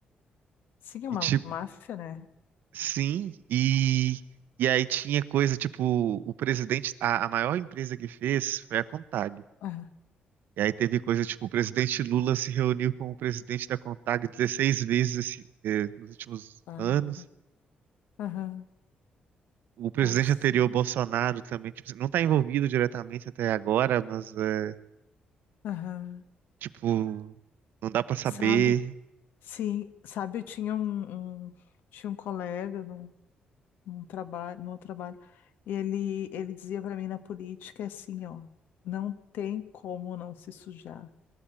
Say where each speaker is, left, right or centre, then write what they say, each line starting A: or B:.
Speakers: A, on the left; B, on the right.
A: Sim, é uma
B: E, tipo,
A: máfia, né?
B: Sim, e, e aí tinha coisa tipo, o presidente, a, a maior empresa que fez foi a Contag.
A: Aham,
B: E aí teve coisa tipo, o presidente Lula se reuniu com o presidente da Contag 16 vezes esse- eh, nos últimos
A: ah,
B: anos.
A: aham,
B: O presidente
A: nossa.
B: anterior, Bolsonaro, também, tipo, não está envolvido diretamente até agora, mas eh,
A: Aham.
B: tipo, não dá para saber.
A: Sabe? Sim, sabe, eu tinha um, um- tinha um colega no, num trabalho, no outro trabalho, e ele, ele dizia pra mim na política é assim, ó, não tem como não se sujar.